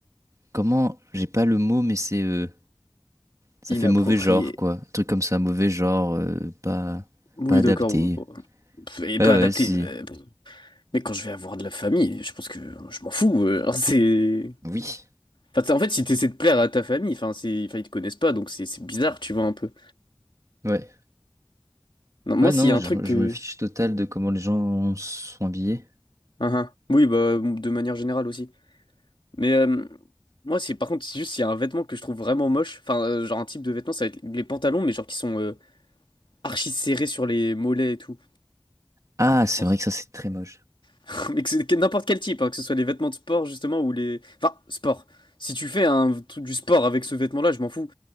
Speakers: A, on the right (about 40°); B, on the left (about 85°).
A: comment? J'ai pas le mot, mais c'est. euh, ça
B: Inapproprié.
A: fait mauvais genre, quoi. Un truc comme ça, mauvais genre, euh, pas,
B: Oui,
A: pas adapté.
B: d'accord. bon, bon. Pff, Et
A: Ouais,
B: pas
A: ouais,
B: adapté.
A: c'est.
B: euh, pff. Mais quand je vais avoir de la famille, je pense que je m'en fous. euh, <laughs> c'est.
A: Oui.
B: Enfin, t'sais, en fait, si t'essaies de plaire à ta famille, enfin, c'est... enfin, ils te connaissent pas, donc c'est c'est bizarre, tu vois, un peu.
A: Ouais.
B: Non, moi,
A: Ouais,
B: s'il
A: non,
B: y a un
A: je,
B: truc que.
A: je me fiche total de comment les gens sont habillés.
B: Ah, ah. Oui, bah, de manière générale aussi. Mais euh, moi, c'est par contre, c'est juste, il y a un vêtement que je trouve vraiment moche. Enfin, euh, genre un type de vêtement, ça va être les pantalons, mais genre qui sont euh, archi serrés sur les mollets et tout,
A: Ah, c'est
B: je pense.
A: vrai que ça, c'est très moche.
B: <laughs> Mais que c'est que n'importe quel type, hein, que ce soit les vêtements de sport, justement, ou les. Enfin, sport. Si tu fais un truc du sport avec ce vêtement-là, je m'en fous.